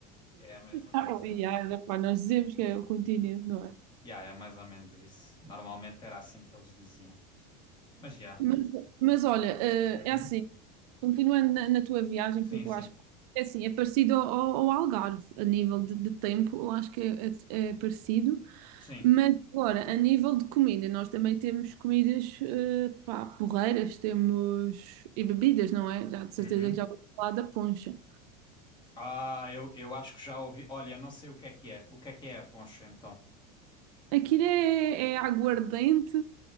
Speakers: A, on the left; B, on the right.
A: É a mesma coisa.
B: Ah, oh, e
A: É,
B: há, pá, nós dizemos que é o continente, não é?
A: yeah, é mais ou menos isso. Normalmente era assim que eles diziam. Mas já.
B: Mas, mas olha, eh,
A: Uhum.
B: é assim, continuando na, na tua viagem,
A: Sim,
B: porque
A: sim.
B: eu acho que é assim, é parecido ao, ao- ao Algarve, a nível de, de tempo, eu acho que é, é- é parecido.
A: Sim.
B: Mas agora, a nível de comida, nós também temos comidas, eh, pá, porreiras, temos e bebidas, não é? Já de certeza
A: Uhum.
B: que já ouvi falar da poncha.
A: Ah, eu, eu acho que já ouvi. Olha, eu não sei o que é que é. O que é que é a poncha, então?
B: Eh, aquilo é, é aguardente,